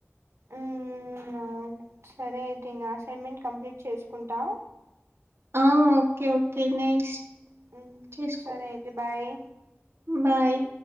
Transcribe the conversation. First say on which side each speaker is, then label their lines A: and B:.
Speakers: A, on the right; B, on the right.
A: ఉమ్ సరే అయితే ఇంకా అసైన్మెంట్ కంప్లీట్ చేసుకుంటా
B: ఆ ఓకే ఓకే నెక్స్ట్
A: హ్
B: చేసుకో
A: సరే అయితే బాయ్
B: బాయ్